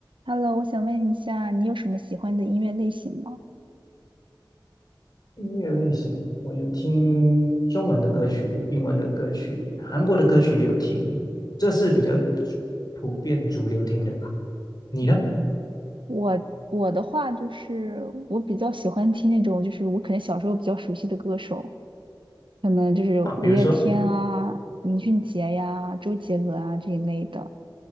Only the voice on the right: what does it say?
Hello，我想问一下，你有什么喜欢的音乐类型吗
？OK，我我的话就是我比较喜欢听那种，就是我可能小时候比较熟悉的歌手，可能就是五月天啊、
林俊杰呀、周杰伦啊这一类的。